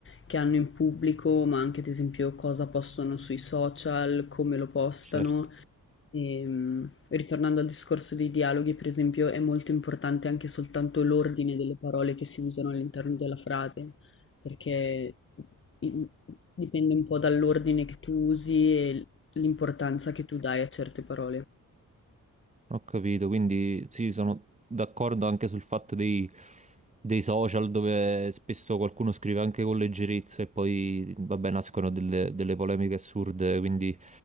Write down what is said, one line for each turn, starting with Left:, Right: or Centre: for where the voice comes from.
Left: che hanno in pubblico, ma anche ad esempio cosa postano sui social, come lo postano
Right: Certo.
Left: Ehm, ritornando al discorso dei dialoghi, per esempio, è molto importante anche soltanto l'ordine delle parole che si usano all'interno della frase, perché in- dipende un po' dall'ordine che tu usi e l'importanza che tu dai a certe parole.
Right: Ho capito, quindi sì, sono d'accordo anche sul fatto dei, dei social dove spesso qualcuno scrive anche con leggerezza e poi, vabbè, nascono delle, delle polemiche assurde, quindi